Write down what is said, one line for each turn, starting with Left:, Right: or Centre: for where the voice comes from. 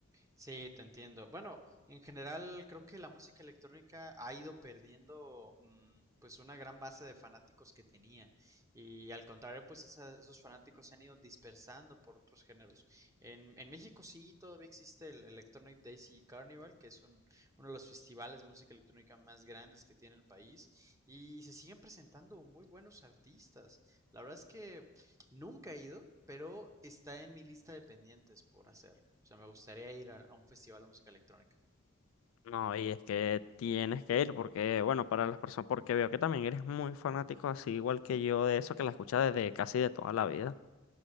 Right: Sí, te entiendo. Bueno, en general creo que la música electrónica ha ido perdiendo mm, pues una gran base de fanáticos que tenía y al contrario pues esa- esos fanáticos se han ido dispersando por otros géneros. En, en México sí todavía existe el Electronic Daisy Carnival que es un- uno de los festivales de música electrónica más grandes que tiene el país y se siguen presentando muy buenos artistas. La verdad es que Nunca he ido, pero está en mi lista de pendientes por hacer. O sea, me gustaría ir a, a un festival de música electrónica.
Left: No, y es que tienes que ir porque, bueno, para las personas, porque veo que también eres muy fanático, así igual que yo, de eso que la escuchas desde casi de toda la vida.